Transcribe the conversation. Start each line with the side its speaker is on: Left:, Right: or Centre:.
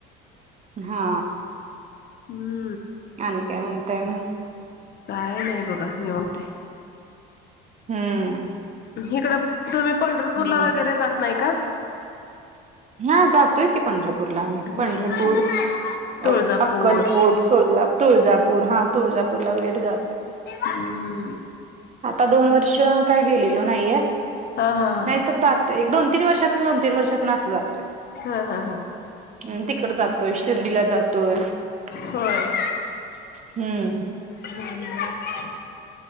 Right: हा
Left: हम्म
Right: आणि काय म्हणतय मग
Left: काय नाही बघा ने म्हनते
Right: हम्म
Left: इकडं तुम्ही पंढरपूरला
Right: बर
Left: वगैरे जात नाही का
Right: हा जातोय की पंढरपूरला आम्ही
Left: हम्म
Right: पंढरपूर
Left: तुळजापूर
Right: अ अक्कलकोट सोला तुळजापूर हा तुळजापूरला वगैरे जातो
Left: हम्म
Right: आता दोन वर्ष काय गेलेलो नाहीये
Left: हा हा हा
Right: नाहीतर जात एक दोन तीन वर्षातून दोन तीन वर्षातून असं जातोय
Left: हा हा हा
Right: हम् तिकड जातोय शिर्डीला जातोय हम्म
Left: होय. हम् ह